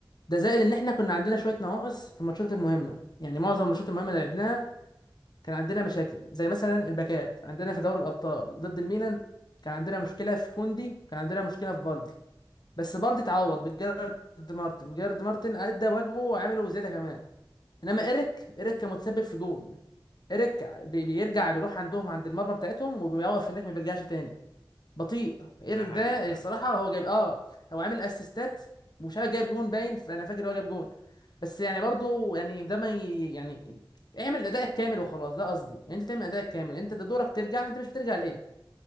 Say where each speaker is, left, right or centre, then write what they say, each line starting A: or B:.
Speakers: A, on the left; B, on the left.
A: ده زائد ان احنا كنا عندنا شويه نواقص في الماتشات المهمه يعني معظم الماتشات المهمه اللي لعبناها كان عندنا مشاكل زي مثلا الباكات عندنا في دوري الابطال ضد الميلان كان عندنا مشكله في كوندي كان عندنا مشكله في بالدي بس بالدي اتعوض بجيرارد مارتن جيرارد مارتن ادى واجبه وعمله بزياده كمان انما ايريك ايريك كان متسبب في جون ايريك بي- بيرجع بيروح عندهم عند المرمى بتاعتهم وبيوقف هناك ما بيرجعش تاني بطيء ايريك
B: ده حقيقي
A: ده
B: فعلا
A: الصراحه هو جايب اه هو عامل اسيستات ومش عارف جايب جون باين فانا فاكر هو جايب جون بس يعني برضو يعني ده ما ي- يعني اعمل ادائك كامل وخلاص ده قصدي يعني انت تعمل ادائك كامل انت ده دورك ترجع انت مش بترجع ليه